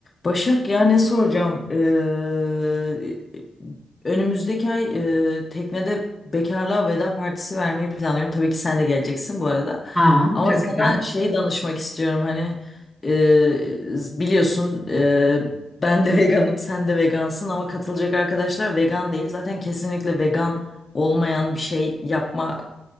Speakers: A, on the left; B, in the centre.
A: Başak ya ne soracağım? Ee, önümüzdeki ay e, teknede bekarlığa veda partisi vermeyi planlıyorum. Tabii ki sen de geleceksin bu arada.
B: Aa,
A: Ama
B: çok
A: sana
B: güzel.
A: şey danışmak istiyorum hani e, biliyorsun e, ben de veganım sen de vegansın ama katılacak arkadaşlar vegan değil. Zaten kesinlikle vegan olmayan bir şey yapma